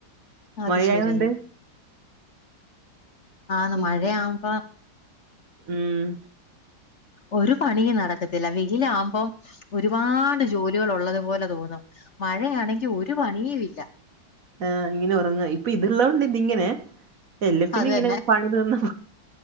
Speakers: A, on the left (about 45°); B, on the right (about 50°).
A: അത്
B: മഴയായോണ്ട്
A: ശരി ആന്ന്
B: ഉം
A: മഴയാ ആവുമ്പ
B: ഉം
A: ഒരു പണിയും നടക്കത്തില്ല വെയിലാവുമ്പം ഒരുപാട് ജോലികൾ ഉള്ളതു പോലെ തോന്നും മഴയാണെങ്കി ഒരു പണിയി ഇല്ല
B: ആ ഇങ്ങനെ ഒറങ്ങാ ഇപ്പൊ ഇത്ള്ളോണ്ട് ഇതിങ്ങനെ എല്ല പിന്നെ
A: അത്
B: ഇങ്ങനെ
A: തന്നെ
B: പണി തീർന്നാ